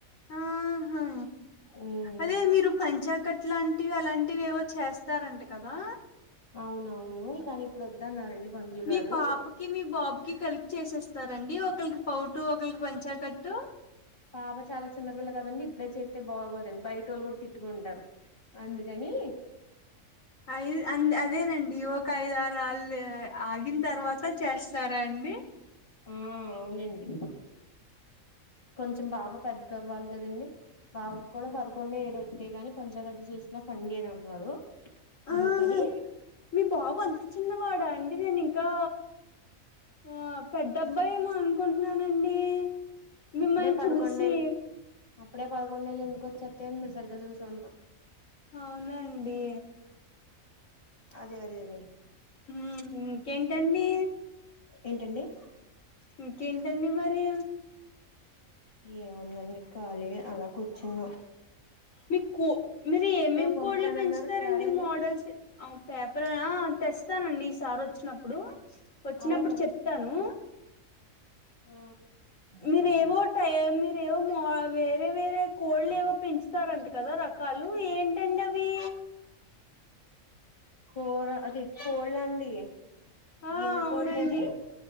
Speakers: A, on the left; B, on the left.
A: ఆహా
B: ఉమ్
A: అదే మీరు పంచాకట్ ఇట్లాంటివి అలాంటివి ఏవో చేస్తారంట కదా
B: అవునవును కానీ ఇప్పుడు వద్దన్నారండి పంతులు
A: మీ
B: గారు
A: పాప కి మీ బాబు కి కలిపి చేసేస్తారండి ఒకరికి పౌటు ఒకరికి పంచాకట్టు
B: పాప చాలా చిన్నపిల్ల కదండి ఇప్పుడే చేతే బాగోదండి బయటోళ్ళు కూడా తిట్టుకుంటారు అందుకని
A: ఐ ఆన్డ్ అదేనండి ఒక ఐదు ఆరళ్ళు ఆగిన తర్వాత చేస్త తారా అండి
B: ఆ అవునండి కొంచెం బాబు పెద్ద అవ్వాలి కదండి బాబుకి కూడా పదకొండు ఏడు వస్తే గాని పంచగట్ చేసిన పనిచేయదు అన్నాడు
A: ఆహా
B: అందుకని
A: మీ బాబు అంత చిన్నవాడా అండి నేను ఇంకా ఆ పెద్ద అబ్బాయి ఏమో అనుకుంటున్నానండి మిమ్మల్ని
B: అప్పుడే పదకొండేళ్ళు
A: చూసి
B: అప్పుడే పదకుండేళ్లు ఎందుకు వచ్చేత్తాయండి మీరు సరిగ్గా చూసుండరు
A: అవునా అండి
B: అదే అదే రే
A: ఊమ్ ఇంకేంటండి
B: ఏంటండి
A: ఇంకేంటండి మరి
B: ఏముందండి ఖాళీయే అలా కూర్చున్నా
A: మీ కో మీరు ఏమేమి
B: పంపుతానన్నారు
A: కోడ్లు పెంచుతారండి
B: తేలేదు
A: మోడల్సే ఔ పేపరా ఆ తెస్తానండి ఈ సారి వచ్చినప్పుడు వచ్చినప్పుడు
B: అలా
A: చెప్తాను
B: ఊ
A: మీరు ఏవో టై మీరేవో మావే వేరే వేరే కోడ్లు ఏవో పెంచుతారంట కదా రకాలు ఏంటండీ అవి
B: కూర అది కోళ్ళండి
A: ఆ
B: గిన్నె
A: అవునండి
B: కోడ్లని